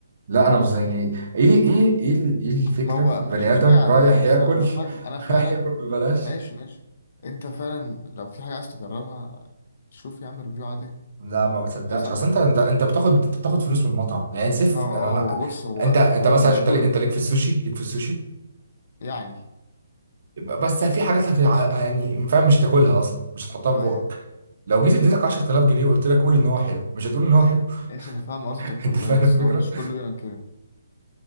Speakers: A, on the right; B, on the left.
A: لا انا مش زي يعني ايه ايه ايه ال- ايه الفكره
B: ما هو
A: في
B: مش
A: بني
B: بتفرج
A: ادم
B: على
A: رايح
B: هبل بس
A: ياكل
B: أنا بتفرج
A: <laughs>
B: أنا فعلا
A: رايح ياكل ببلاش
B: ماشي ماشي انت فعلا لو في حاجة عايز تجربها شوف يا عم ريفيو عليها
A: لا ما بصدقش
B: انت اصلا
A: اصل انت انت أنت بتاخد انت بتاخد فلوس من المطعم يعني سيف
B: ما هو
A: انا
B: آه،
A: لا
B: هو بص هو
A: انت انت
B: هو
A: مثلا
B: مش
A: انت
B: كله
A: ليك انت ليك في السوشي ليك في السوشي
B: يعني
A: بس في حاجات هت... يعني فاهم مش هتاكلها اصلا مش هتحطها في
B: اه
A: بقك
B: يعني
A: لو جيت اديتك 10000 جنيه وقلت لك قول ان هو حلو مش هتقول ان هو حلو
B: ماشي انا فاهم قصدك
A: <laughs> انت
B: والله
A: فاهم
B: بس
A: الفكره
B: هو مش كله بيعمل كده